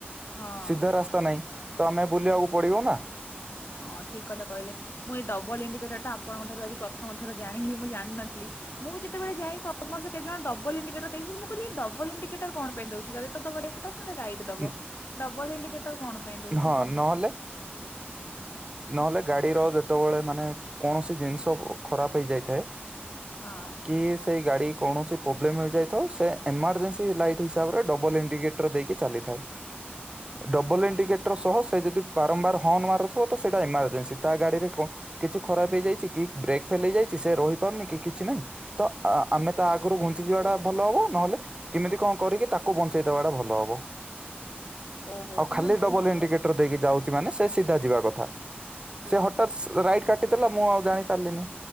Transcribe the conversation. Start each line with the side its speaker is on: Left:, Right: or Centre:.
Left: ହଁ
Right: ସିଧା ରାସ୍ତା ନାହିଁ ତ ଆମେ ବୁଲିବାକୁ ପଡ଼ିବ ନା।
Left: ହଁ ଠିକ୍ କଥା କହିଲେ ମୁଁ ଏଇ ଡବଲ୍ ଇଣ୍ଡିକେଟର୍ ଟା ଆପଣଙ୍କ ଠାରୁ ଆଜି ପ୍ରଥମଥର ଜାଣିଲି ମୁଁ ଜାଣ୍ ଜାଣିନଥିଲ ମୁଁ ଯେତେବେଳେ ଯାଇ ସମସ୍ତେ କେତେ ଜଣ ଡବ୍ ଡବଲ ଇଣ୍ଡିକେଟର୍ ଦେଇଚି ମୁଁ କହଲି ଡବଲ୍ ଇଣ୍ଡିକେଟର୍ କଣ ପାଇଁ ଦଉଚି ଯଦି ତ ଦବ ଲେଫ୍ଟ୍ ଦବ ନହଲେ ରାଇଟ୍ ଦବ
Right: ନ-
Left: ଡବଲ୍ ଇଣ୍ଡିକେଟର୍ କଣ ପାଇଁ ଦଉଛି
Right: ହଁ
Left: ସବୁବେଳେ।
Right: ନହେଲେ ନହେଲେ ଗାଡିର ଯେତେବେଳେ ମାନେ କୌଣସି ଜିନିଷ ଖରାପ୍ ହେଇଯାଇଥାଏ।
Left: ହଁ।
Right: କି ସେ ଗାଡ଼ି କୌଣସି ପ୍ରୋବ୍ଲେମ୍ ହେଇଯାଇଥାଉ ସେ ଏମର୍ଜେନ୍ସି ଲାଇଟ୍ ହିସାବରେ ଡବଲ୍ ଇଣ୍ଡିକେଟ୍ ଦେଇକି ଚାଲିଥାଏ। ଡବଲ୍ ଇଣ୍ଡିକେଟର୍ ସହ ସେ ଯଦି ବାରମ୍ବାର ହର୍ଣ୍ଣ ମାରୁଥିବ ତ ସେଇଟା ଏମାର୍ଜେନ୍ସି ତା ଗାଡିରେ କଣ୍ କିଛି ଖରାପ୍ ହେଇଯାଇଚି କି ବ୍ରେକ୍ ଫେଲ୍ ହେଇଯାଇଚି ସେ ରହି ପାରୁନି କି କିଛି ନାହିଁ ତ ଆ ଆମେ ତା ଆଗରୁ ଘୁଞ୍ଚି ଯିବାଟା
Left: ଓ
Right: ଭଲ ହବ ନହେଲେ କେମିତି କଣ କରିକି ତାକୁ ବଞ୍ଚେଇ ଦବାଟା ଭଲ ହବ।
Left: ଓହୋ
Right: ଆଉ
Left: ତାହେଲେ
Right: ଖାଲି
Left: ବହୁତ
Right: ଡବଲ
Left: ଭଲ
Right: ଇଣ୍ଡିକେଟର୍
Left: କଥା।
Right: ଦେଇକି ଯାଉଚି। ମାନେ ସେ ସିଧା ଯିବା କଥା ସେ ହଟାତ୍ ସ୍ ରାଇଟ୍ କାଟିଦେଲା ମୁଁ ଆଉ ଯାଇ ପାରିଲିନି।